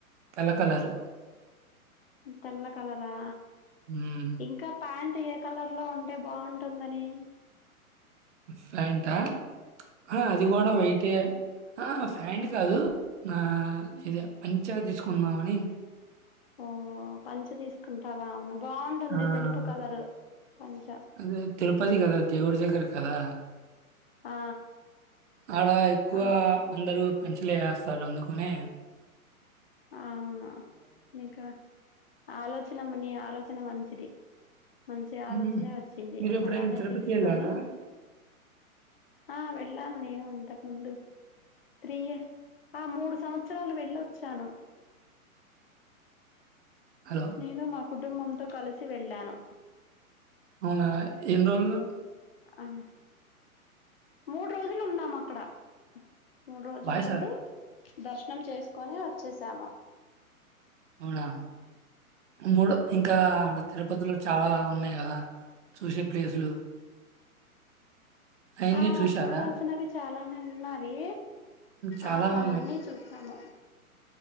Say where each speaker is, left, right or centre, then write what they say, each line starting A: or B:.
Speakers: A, on the right (about 50°); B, on the left (about 45°).
A: తెల్ల కలరు.
B: తెల్ల కలర్ రా
A: హ్మ్.
B: ఇంకా ప్యాన్ ట్ ఏ కలర్ లో ఉంటే బాగుంటుందని
A: ఫ్యాంటా ఆ అది కూడా వైటే ఆ ఫ్యాంట్ కాదు ఆ ఇది పంచా తీసుకున్నామని
B: ఓ పంచ తీసుకుంటావా అవును బాగుంటుంది
A: ఆహ్,
B: తెలుపు కలర్ పంచ
A: అదే తిరుపతి గదా! దేవుడి దగ్గర కదా
B: ఆ
A: ఆడా ఎక్కువ
B: ఆ
A: అందరూ పంచలే ఏస్తారు అందుకునే
B: అవును నీకా ఆలోచన మనీయ ఆలోచన మంచిది మంచి
A: హ్మ్.
B: ఆలోచనే వచ్చింది
A: మీరెప్పుడైనా
B: అలానే
A: తిరుపతి
B: తీసుకొని
A: ఎళ్లారా?
B: ఆ వెళ్ళాను నేను ఇంతకు ముందు త్రీ ఇయ ఆ మూడు సంవత్సరాలు వెళ్ళొచ్చాను
A: హలో!
B: నేను మా కుటుంబంతో కలిసి వెళ్ళాను
A: అవునా ఎన్ని రోజులు
B: అన్ మూడు రోజులు ఉన్నాం అక్కడ మూడు రోజులు
A: వాయిస్
B: ఉండి
A: అర్థం
B: దర్శనం చేసుకొని వచ్చేసాము
A: అవునా మూడు ఇంకా ఆడ తిరుపతిలో చాలా ఉన్నాయి కదా చూసే ప్లేసులు అయన్నీ
B: ఆ
A: చూసారా?
B: చూడవలసినవి చాలానే ఉన్నవి
A: చాలా
B: ఆ
A: ఉన్నాయి.
B: అన్నీ చూసాము